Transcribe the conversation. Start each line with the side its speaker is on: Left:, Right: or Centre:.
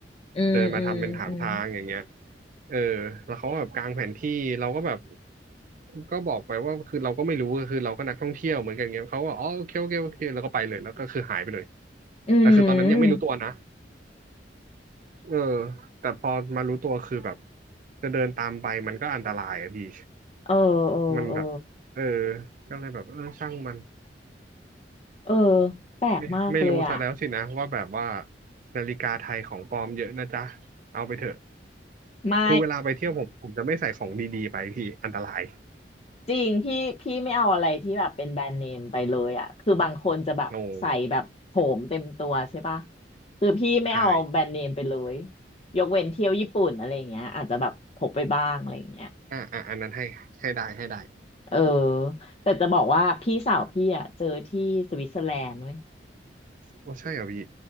Left: อืมอืมอืม
Right: เดินมาทำเป็นถามทางอย่างเงี้ยเออแล้วเขาก็แบบกางแผนที่เราก็แบบก็บอกไปว่าคือเราก็ไม่รู้คือเราก็นักท่องเที่ยวเหมือนกันเงี้ยเขาก็อ๋อโอเคโอเคโอเคแล้วก็ไปเลยแล้วก็คือหายไปเลย
Left: อืม
Right: แต่คือตอนนั้นยังไม่รู้ตัวนะเออแต่พอมารู้ตัวคือแบบจะเดินตามไปมันก็อันตรายอะพี่
Left: เออเออเออ
Right: มันแบบเออก็เลยแบบเออช่างมัน
Left: เออแปลกมากเลยอ่ะ
Right: ไม่ไม่รู้ซะแล้วสินะว่าแบบว่านาฬิกาไทยของปลอมเยอะนะจ๊ะเอาไปเถอะ
Left: ไม่
Right: คือเวลาไปเที่ยวผมผมจะไม่ใส่ของดีๆไปพี่อันตราย
Left: จริงพี่พี่ไม่เอาอะไรที่แบบเป็นแบรนด์เนมไปเลยอ่ะคือบางคนจะแบบใส่แบบโผมเต็มตัวใช่ปะ
Right: งง
Left: คือพี่ไม่เอาแบรนด์เนมไปเลย
Right: ใช่
Left: ยกเว้นเที่ยวญี่ปุ่นอะไรอย่างเงี้ยอาจจะแบบพกไปบ้างอะไรอย่างเงี้ย
Right: อ่าอ่าอันนั้นให้ให้ได้ให้ได้
Left: เออแต่จะบอกว่าพี่สาวพี่อ่ะเจอที่สวิตเซอร์แลนด์เว้ย
Right: โอ้ใช่เหรอพี่